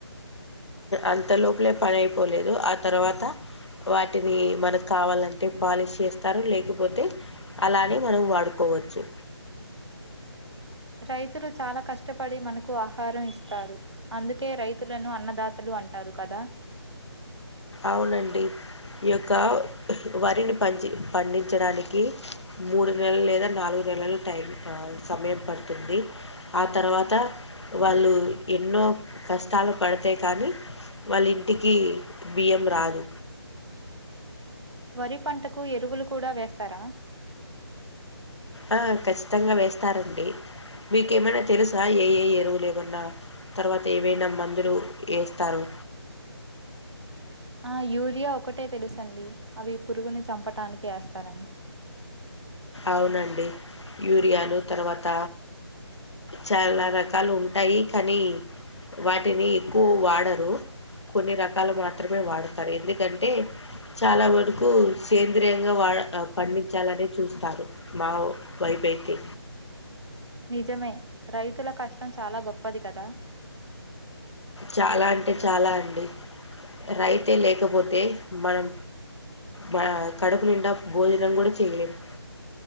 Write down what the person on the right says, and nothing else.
రైతులు చాలా కష్టపడి మనకు ఆహారం ఇస్తారు. అందుకే రైతులను అన్నదాతలు అంటారు కదా.
వరి పంట కు ఎరువులు కూడా వేస్తారా
ఆ యూరియా ఒకటే తెలుసండి అవి పురుగుని చంపటానికి వేస్తారని
నిజమే రైతుల కష్టం చాలా గొప్పది కదా